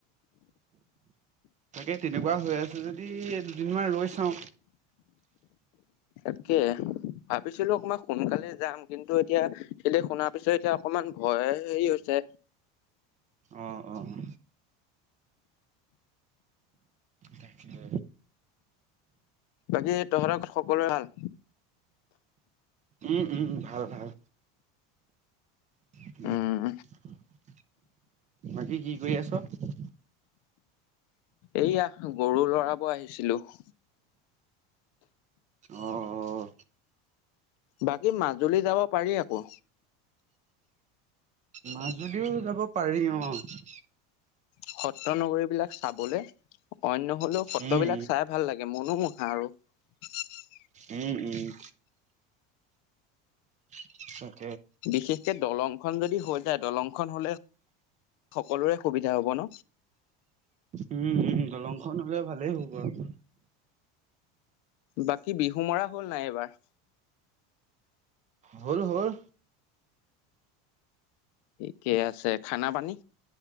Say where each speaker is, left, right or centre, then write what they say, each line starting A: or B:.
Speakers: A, on the right; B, on the left.
A: তাকে, তেনেকুৱা হৈ আছে যদি দুদিনমান ৰৈ চাওঁ।
B: তাকে, ভাবিছিলোঁ অকণমান সোনকালে যাম। কিন্তু, এতিয়া কেলে শুনাৰ পিছত এতিয়া অকমান ভয়! হেৰি হৈছে।
A: অ'! অ'! তাকে
B: বাকী তহঁতৰ সকলোৱে ভাল?
A: উম! উম! ভাল! ভাল! <unintelligible>
B: উম
A: বাকী কি কৰি আছ?
B: এইয়া গৰুৰ ল'ৰাব আহিছিলোঁ।
A: অঁ!
B: বাকী মাজুলী যাব পাৰি আকৌ।
A: মাজুলীও যাব পাৰি অ'!
B: সত্ৰ নগৰীবিলাক চাবলে। অন্য হ'লেও সত্ৰবিলাক
A: উম
B: চাই ভাল লাগে। মনোমোহা আৰু <unintelligible>
A: উম! উম! <unintelligible>
B: বিশেষকে দলং দলং খন যদি হৈ যায়। দলংখন হ'লে সকলোৰে সুবিধা হ'ব ন'।
A: উম, উম, দলংখন দলংখন হ'লে, ভালেই হ'ব আৰু।
B: বাকী বিহু মৰা হ'ল নাই এইবাৰ?
A: হ'ল! হ'ল!
B: ঠিকে আছে। খানা পানী